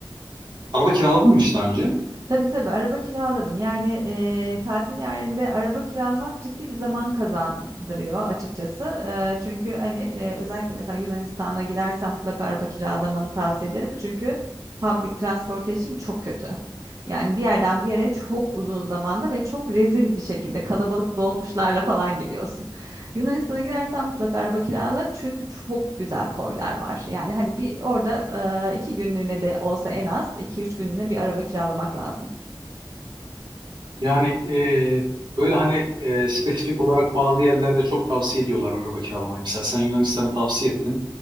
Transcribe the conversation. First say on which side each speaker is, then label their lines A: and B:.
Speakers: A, on the right; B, on the right.
A: araba kiraladın mı hiç daha önce?
B: Tabii tabii araba kiraladım. Yani eee, tatil yerinde araba kiralamak ciddi bir zaman kazandırıyor açıkçası. Eee, çünkü hani eee, özellikle mesela Yunanistan'a gidersen mutlaka araba kiralamanı tavsiye ederim. Çünkü public transportation çok kötü. Yani bir yerden bir yere çok uzun zamanda ve çok rezil bir şekilde kalabalık dolmuşlarla falan gidiyorsun. Yunanistan'a gidersen mutlaka araba kirala çünkü çok güzel koylar var. Yani hani bir orada eee, iki günlüğüne de olsa en az iki üç günlüğüne bir araba kiralamak lazım.
A: Yani e, böyle hani e, spesifik olarak bazı yerlerde çok tavsiye ediyorlar araba kiralamayı. Mesela sen Yunanistan'ı tavsiye ettin.